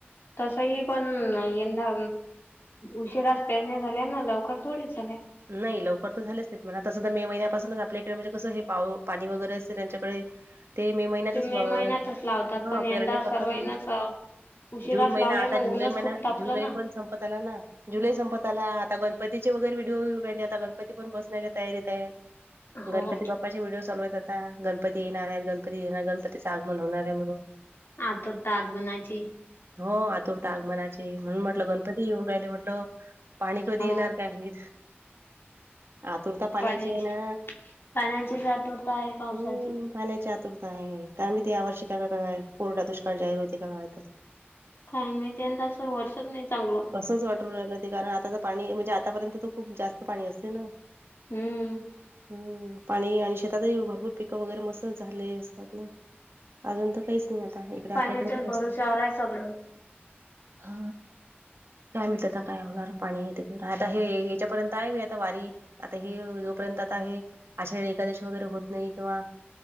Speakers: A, on the left; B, on the right.
A: तसही पण यंदा उशिरास पेरण्या झाल्या ना लवकर थोडीच झाल्या.
B: नाही लवकर तर झालेच म्हणा तसं तर मे महिन्यापासूनच आपल्याकडे म्हणजे कसं हे पाव पाणी वगैरे असते त्यांच्याकडे. ते मे महिन्यातच
A: ते मे
B: भाव
A: महिन्यातच लावतात
B: हा
A: पण यंदा
B: पेरणे करतात.
A: सर्वांनाच उशिराच
B: जून महिना
A: लावले
B: आता
A: ना
B: जुलै
A: ऊनच
B: महिना
A: खूप तापलं
B: जुलै
A: ना.
B: पण संपत आला ना. जुलै संपताला आता गणपतीचे वगैरे व्हिडिओ घेऊन राहिले आता गणपती पण बसण्याच्या तयारीत आहेत.
A: हो
B: गणपती बाप्पाचे व्हिडीिओ चालव यतात. आता गणपती येणार आहेत गणपती येणार गणपतीच आग म्हन होणार आहे म्हणून.
A: आ तरोर ताक बनायची.
B: हो आतुरता आगमनाची म्हणून म्हटलं गणपती येऊन राहिले म्हटल. पाणी कधी
A: हो
B: येणार काय म आतुर. पाणायची
A: पाण्याची
B: आहे ना
A: पाण्याचीच आतुरता आहे पावसाची.
B: हम्. पाण्याची आतुरता आहे काय मी ते यावर् श काय का का काय कोरडा दुष्काळ जाहीर होते काय.
A: काय माहिती यंदा असं वर्षच नाही चांगलं.
B: असंच वाटून राहिलं कारण आता तर पाणी म्हणजे आतापर्यंत तर खूप जास्त पाणी असते ना.
A: हम्म.
B: ह पाणी आणि शेतातही भरपूर पिकं वगैरे मस्त झालंय असतात ना. अजून तर काहीच नाही आता इकडे
A: पाण्याच्या
B: आपल्याकडेस.
A: भरोश्यावर आहे सगळं
B: हा काय मित आता काय होणार पाणी येत आता हे. त्याच्यापर्यंत आहे मी आता वारी आता ह जोपर्यंत आता आहे. अशा वेळी एकादशी वगैरे होत नाही किंवा.